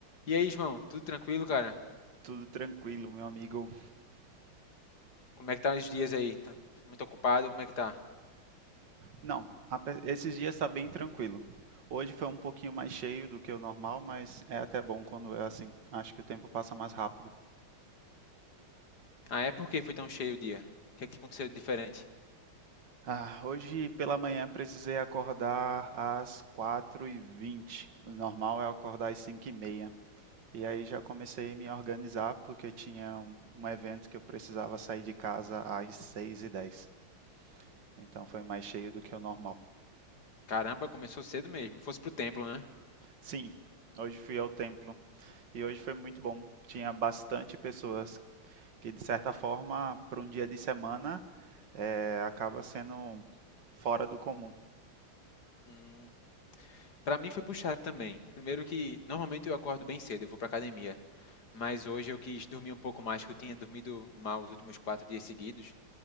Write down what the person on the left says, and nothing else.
E aí, João, tudo tranquilo, cara?
Como é que tá os dias aí? Tá muito ocupado? Como é que tá?
Ah, é? Por que foi tão cheio o dia? O que é que aconteceu de diferente?
Caramba, começou cedo mesmo. Fosse pro templo, né?
Hum, pra mim foi puxado também. Primeiro que normalmente eu acordo bem cedo, eu vou pra academia. Mas hoje eu quis dormir um pouco mais, que eu tinha dormido mal os últimos quatro dias seguidos,